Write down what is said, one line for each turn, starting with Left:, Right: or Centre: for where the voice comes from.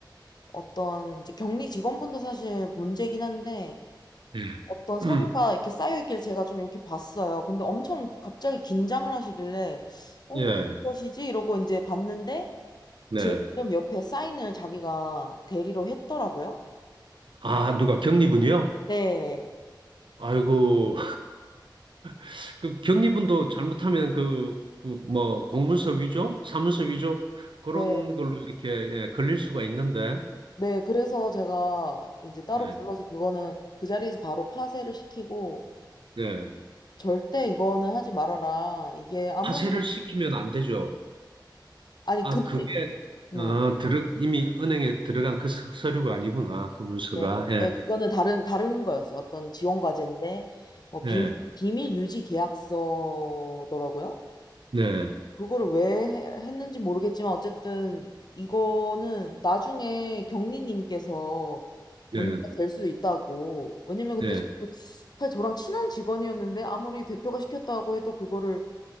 Left: 어떤 이제 격리 직원분도 사실 문제긴 한데
Right: 예,
Left: 어떤 서류가
Right: <clears throat>
Left: 이렇게 쌓여 있길 제가 좀 이렇게 봤어요. 근데 엄청 갑자기 긴장을 하시길래, 어,
Right: 예,
Left: 무엇이지? 이러고 이제 봤는데
Right: 네.
Left: 제 이름 옆에 사인을 자기가 대리로 했더라고요.
Right: 아 누가 경리분이요?
Left: 네,
Right: 아이고 <laughs> 그 경리분도 잘못하면 그, 그 뭐 공문서 위조, 사문서 위조 그런
Left: 네,
Right: 걸로 이렇게 예, 걸릴 수가 있는데
Left: 네. 그래서 제가 이제 따로
Right: 예,
Left: 불러서 그거는 그 자리에서 바로 파쇄를 시키고
Right: 네.
Left: 절대 이거는 하지 말아라. 이게 아무리
Right: 하세를 시키면 안 되죠.
Left: 아니
Right: 아,
Left: 그분
Right: 그게
Left: 네,
Right: 어, 들어, 이미 은행에 들어간 그 서- 서류가 아니구나. 그 문서가.
Left: 네,
Right: 예,
Left: 네. 그거는 다른 다른 거였어요. 어떤 지원 과제인데 뭐 비,
Right: 예,
Left: 비밀 유지 계약서더라고요.
Right: 네,
Left: 그거를 왜 해- 했는지 모르겠지만 어쨌든 이거는 나중에 경리님께서
Right: 네,
Left: 문제가 될 수 있다고. 왜냐면 근데
Right: 네,
Left: 저- 사실 저랑 친한 직원이었는데 아무리 대표가 시켰다고 해도 그거를